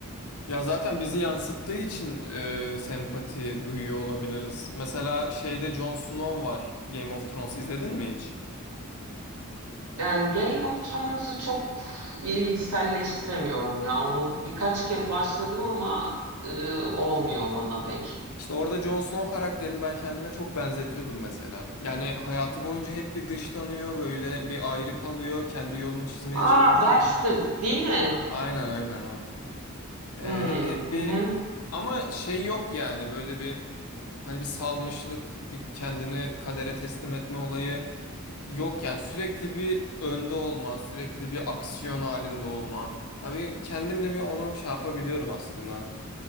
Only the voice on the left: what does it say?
Ya zaten bizi yansıttığı için e, sempati duyuyor olabiliriz. Mesela şeyde Jon Snow var Game of Thrones izledin mi hiç?
İşte orada Jon Snow karakterini ben kendime çok benzetiyordum mesela. Yani hayatı boyunca hep bir dışlanıyor böyle bir ayrı kalıyor kendi yolunu çizmeye
çalışıyor.
Aynen aynen o. E,
he- hep
bir
ama şey yok yani böyle bir hani bir salmışlık bir kendini kadere teslim etme olayı. Yok yani sürekli bir önde olma, sürekli bir aksiyon halinde olma. Abi kendimle bir onu şey yapabiliyorum aslında.